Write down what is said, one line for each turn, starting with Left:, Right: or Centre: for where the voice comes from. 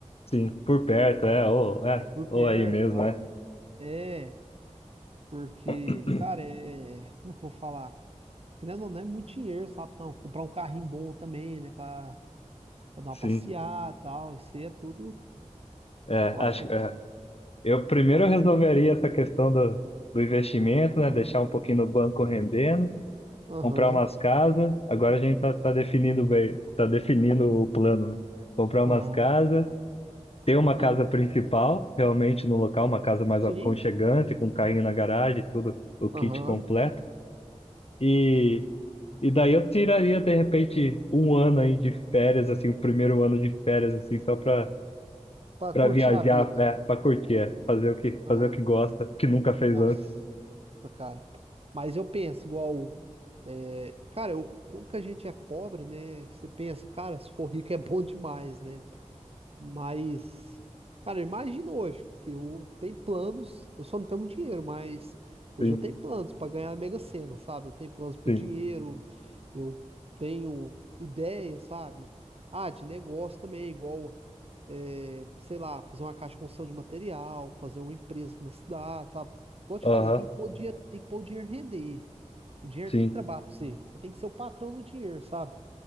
Left: sim, por perto, é, ou, é,
Right: É por
Left: ou
Right: perto,
Left: aí mesmo,
Right: tá?
Left: é.
Right: É, porque,
Left: <clears throat>
Right: cara, é, como é que eu vou falar? Querendo ou não, é muito dinheiro, sabe? Então, comprar um carrinho bom também, né? Pra, pra dar uma
Left: Sim,
Right: passeada e tal, isso aí é tudo,
Left: é,
Right: eu
Left: acho,
Right: acho que eu,
Left: é. Eu primeiro
Right: eu acho.
Left: eu resolveria essa questão do, do investimento, né? Deixar um pouquinho no banco rendendo.
Right: Aham,
Left: comprar umas casas. Agora a gente tá, tá definindo bem, tá definindo o plano, né? Comprar umas
Right: aham,
Left: casas, ter uma casa
Right: aham.
Left: principal, realmente no local, uma casa mais
Right: Sim,
Left: aconchegante,
Right: hum,
Left: com carrinho na garagem, tudo, o kit
Right: aham,
Left: completo. E, e daí eu tiraria, de repente, um ano aí de férias, assim, o primeiro ano de férias, assim, só pra,
Right: pra
Left: pra
Right: curtir
Left: viajar,
Right: a vida.
Left: é, pra curtir, é, fazer o que,
Right: Aham.
Left: fazer o que gosta, que nunca fez
Right: Nossa,
Left: antes.
Right: cara. Mas eu penso igual. é, cara, eu, como que a gente é pobre, né? Você pensa, cara, se for rico é bom demais, né? Mas, cara, imagina hoje que eu tenho planos, eu só não tenho muito dinheiro, mas hoje
Left: Sim,
Right: eu tenho planos para ganhar a Mega Sena, sabe? Eu tenho planos pro
Left: sim.
Right: dinheiro, eu tenho ideias, sabe? Ah, de negócio também, igual, eh, sei lá, fazer uma caixa de construção de material, fazer uma empresa aqui na cidade, sabe? Igual eu te
Left: Aham,
Right: falei, tem que pôr o dinheiro, tem que pôr o dinheiro render. O dinheiro
Left: sim.
Right: tem que trabalhar pra você. Você tem que ser o patrão do dinheiro, sabe?